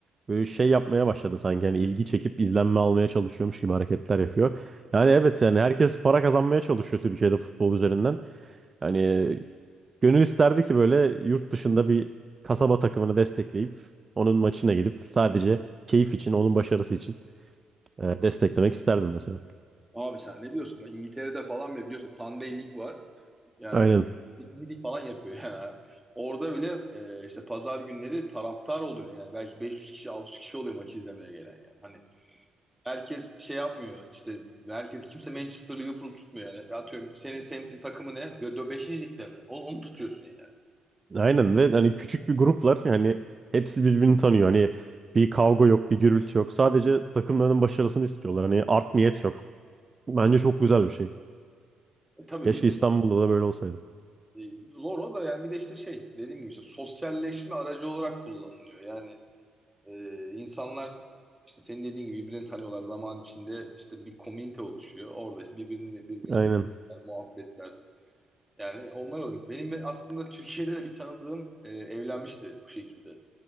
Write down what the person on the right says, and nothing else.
böyle şey yapmaya başladı sanki yani ilgi çekip izlenme almaya çalışıyormuş gibi hareketler yapıyor. Yani evet yani herkes para kazanmaya çalışıyor Türkiye'de futbol üzerinden. Yani gönül isterdi ki böyle yurt dışında bir kasaba takımını destekleyip onun maçına gidip sadece keyif için, onun başarısı için e, desteklemek isterdim mesela.
Aynen.
Aynen
ve hani küçük bir gruplar yani hepsi birbirini tanıyor. Hani bir kavga yok, bir gürültü yok. Sadece takımlarının başarısını istiyorlar. Hani art niyet yok. Bence çok güzel bir şey.
Keşke
İstanbul'da da böyle olsaydı.
Aynen.